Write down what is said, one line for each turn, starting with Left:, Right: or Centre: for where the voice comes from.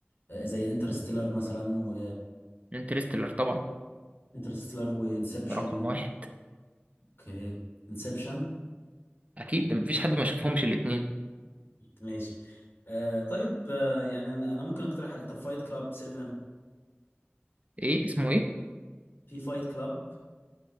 Left: آه، زي انترستيلر مثلا و
Right: انترستيلر طبعا
Left: انترستيلر وانسبشن
Right: ده رقم واحد
Left: اوكي انسبشن
Right: اكيد ده مفيش حد ما شافهمش الاتنين
Left: ماشي آه طيب آه يعني انا انا ممكن اقترح عليك- طب فايت كلاب 7
Right: ايه اسمه ايه
Left: في فايت كلاب